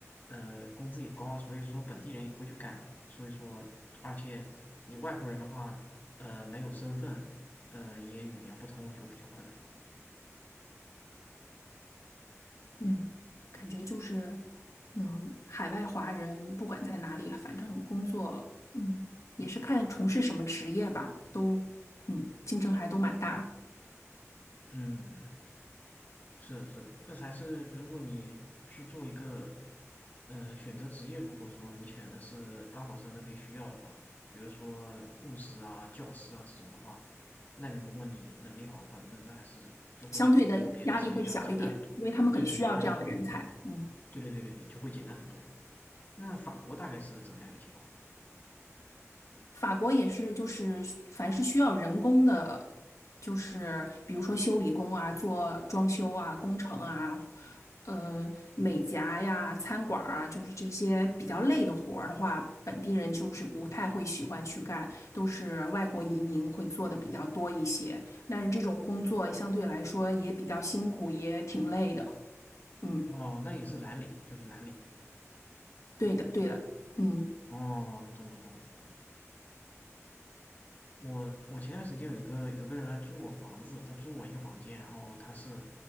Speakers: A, on the left; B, on the left.
A: 呃工资也高啊，所以说本地人也会去干的。所以说，而且你外国人的话，呃没有身份，呃也语言不通就比较困难了。
B: 嗯，感觉就是，嗯，海外华人不管在哪里，反正工作，嗯，也是看从事什么职业吧，都，嗯，竞争还都蛮大，
A: 嗯。嗯嗯是是，那还是如果你去做一个呃选择职业，如果说你选的是刚好是那边需要的话，比如说护士啊、教师啊这种的话，那你如果你能力好的话，那那还是就会比别别的职业要简单很多。
B: 相对的压力会小一点，因为他们很需要这样的人才。
A: 对对对，会，
B: 嗯。
A: 对对对对对，就会简单很多。那法国大概是怎么样一个情况？
B: 法国也是，就是凡是需要人工的，就是比如说修理工啊、做装修啊、工程啊、呃美甲呀、餐馆儿啊，就是这些比较累的活儿的话，本地人就是不太会喜欢去干，都是外国移民会做的比较多一些。但是这种工作相对来说也比较辛苦，也挺累的。嗯，
A: 哦，那也是蓝领，就是蓝领。
B: 对的，对的。嗯，
A: 哦，懂了懂了懂了。我我前段时间有一个有个人来租我房子，他租我一个房间，然后他是，